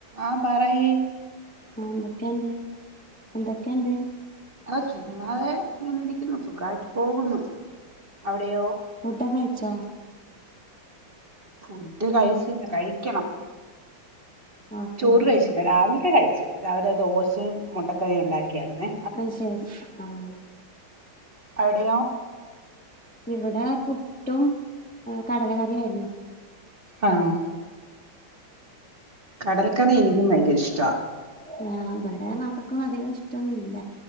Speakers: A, on the right; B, in the centre.
A: ആഹ് പറയി
B: ആഹ് എന്തൊക്കെയണ്ട് എന്തൊക്കെയണ്ട്?
A: ആ ചുമ്മാതെ ഇങ്ങനെ ഇരിക്കുന്നു സുഖായിട്ട് പോകുന്നു അവിടെയോ?
B: ഫുഡക്കെ കഴിച്ചോ?
A: ഫുഡ് കഴിച്ചില്ല കഴിക്കണം.
B: ഓക്കെ
A: ചോറ്
B: ആഹ്
A: കഴിച്ചില്ലാ രാവിലത്തെ കഴിച്ചു രാവിലെ ദോശയും മുട്ടക്കറിയും ഉണ്ടാക്കിയാരുന്നേ
B: അത് ശരി ആഹ്
A: അവിടെയോ
B: ഇവിടെ പുട്ടും കടല കറിയായിരുന്നു
A: ആഹ് കടലക്കറി എനിക്കും ഭയങ്കര ഇഷ്ട്ടാ
B: ആ ഇവിടെ മക്കൾക്കും അധികം ഇഷ്ടൊന്നുല്ല